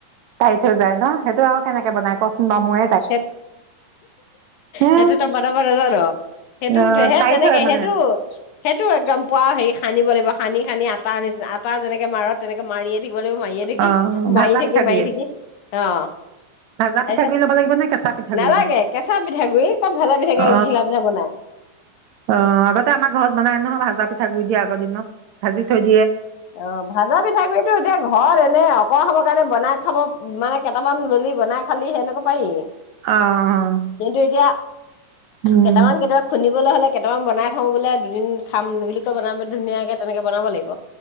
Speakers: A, on the right (about 75°); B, on the left (about 75°).
A: পাই থৈ যায় ন সেইটো আৰু কেনেকে বনাই কচোন বাৰু মই
B: স
A: হে
B: সেইটো তো বনাব নাজানো সেইটো
A: অ
B: সে
A: টাইট
B: তেনেকে
A: হয় মানে
B: সেইটো সেইটো একদম পুৱৰা হেৰি সানিব লাগিব সানি সানি আটা আনিছে আটা যেনেকে মাৰ তেনেকে মাৰি থাকিব লাগিব মায়ীয়ে থাকি
A: অ
B: মায়ী
A: ভাজা
B: থাকি
A: পিঠাগুড়িয়ে
B: মায়ি থাকি অ
A: ভাজা
B: তাৰপিছত
A: পিঠাগু লব লাগে কেঁচা পিঠাগুৰি
B: নালাগে কেঁচা পিঠাগুৰি ক'ত ভাজা পিঠাগুৰি
A: অ
B: ঘিলা পিঠা বনাই
A: অ আগতে আমাৰ ঘৰত বনাই নহয় ভাজা পিঠাগুৰি আগ দিনত ভাজি থৈ দি
B: অ ভাজা পিঠাগুড়টো এতিয়া ঘৰত এনে অক সমৰ কাৰণে বনাই খাব মানে কেইটামান ললি বনাই খালি সেনেকৈ পাৰি
A: অহ অ
B: কিন্তু এতিয়া
A: উম
B: কেইটামান কেইয়াবা খুন্দিবলৈ হ'লে কেইটামান বনাই থওঁ বোলে দুদিন খাম বুলি কয় বনাম ধুনীয়াকে তেনেকে বনাব লাগিব